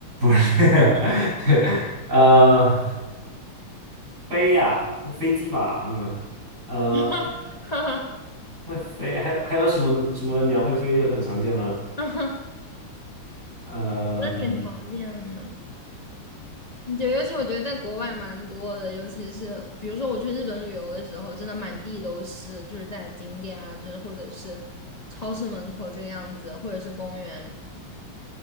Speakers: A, on the right; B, on the left.
A: <laughs> 对，呃，飞呀、飞机吧，嗯，呃，
B: <laughs> 哈哈
A: 会飞，还还有什么什么鸟会飞又很常见了，
B: 哈哈哈，<laughs>
A: 呃
B: 我觉得挺常见的。就尤其我觉得在国外蛮多的，尤其是比如说我去日本旅游的时候，真的满地都是，就是在景点啊，就是或者是超市门口这个样子，或者是公园，